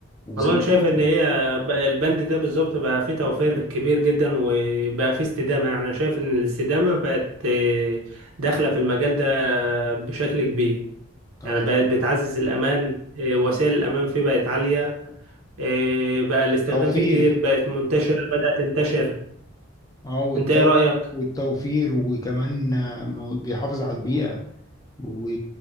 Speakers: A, on the left; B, on the right.
A: 500
B: والله انا شايف
A: كيلو
B: ان هي بقى البند ده بالظبط بقى فيه توفير كبير جدا وبقى فيه استدامه يعني انا شايف ان الاستدامه بقت آه، داخله في المجال ده بشكل كبير
A: اه
B: يعني بقت
A: طبعا
B: بتعزز الامان آه، وسائل الامان فيه بقت عاليه آه، بقى الاستخدام
A: توفير
B: فيه كتير بقت منتشره بدات تنتشر
A: اه والتو...
B: انت ايه رايك
A: والتوفير وكمان آه، مو- بيحافظ على البيئه و...